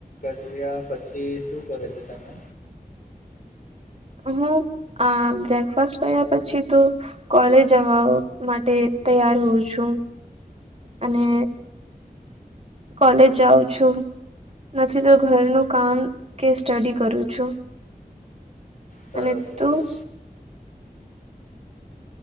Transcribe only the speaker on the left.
કર્યા પછી શું કરો છે તને.
સરસ
સરસ.